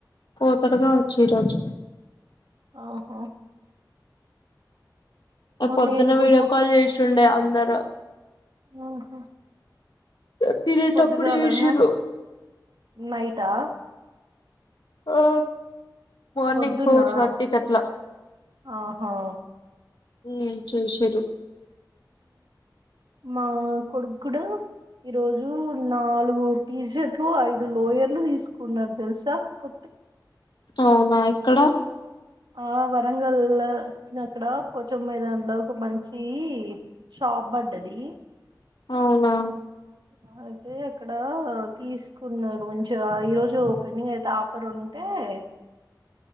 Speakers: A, on the left; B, on the right.
A: పోతడు కావొచ్చు ఈరోజు
B: ఆ హా
A: ఆ పొద్దున్న
B: నేను
A: వీడియో
B: కుమ్మ
A: కాల్ చేశుండే అందరు
B: ఆహా
A: అ తినేటప్పుడు
B: పొద్దుగాలనా
A: చూసిర్రు
B: నైటా
A: ఆ మార్నింగ్
B: పొద్దున్నా
A: ఫోర్ థర్టీ కట్లా
B: ఆహా
A: ఉమ్ చూసిర్రు
B: మా కొడుగుడా ఈ రోజు నాలుగు టీషర్ట్లు ఐదు లోయర్లు తీసుకున్నారు తెలుసా కొ
A: అవునా ఎక్కడ
B: ఆ వరంగల్ వచ్చినక్కడ పోచం మైదాన్ లో ఒక మంచి టాప్ పడ్డది
A: అవునా
B: ఆ అయితే అక్కడ తీసుకున్నారు మంచిగా ఈరోజు పెనింగ్ అయితే ఆఫర్ ఉంటే ఏ